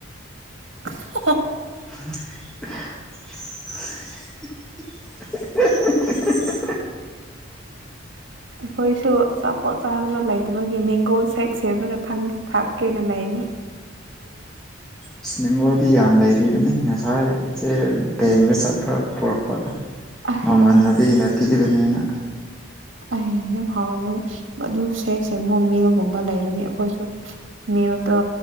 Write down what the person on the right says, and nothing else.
ꯍꯥꯍꯥ
ꯑꯈꯣꯏꯁꯨ ꯑꯆꯥꯄꯣꯠ ꯆꯥꯗꯅ ꯂꯩꯇꯕꯒꯤ ꯃꯦꯡꯒꯣ ꯁꯦꯛ ꯁꯦꯝꯂꯒ ꯊꯛ ꯊꯛꯀꯦꯅ ꯂꯩꯕꯅꯦ
ꯑꯍꯦ
ꯑꯩ ꯌꯥꯝ ꯍꯥꯎꯔꯝꯒꯅꯤ ꯑꯗꯨ ꯁꯦꯛ ꯁꯦꯡ ꯃꯣ ꯃꯤꯜꯒꯨꯝꯕ ꯂꯩꯔꯗꯤ ꯑꯈꯣꯏꯁꯨ ꯃꯤꯜꯛꯗꯣ